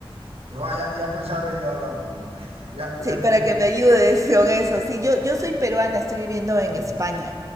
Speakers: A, on the right; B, on the right.
A: pero va, ya, ya pensaré yo ahora alguno, <laughs> ya, ya
B: Sí, para
A: te digo,
B: que me ayudes con eso. Sí, yo, yo soy peruana, estoy viviendo en
A: sí.
B: España.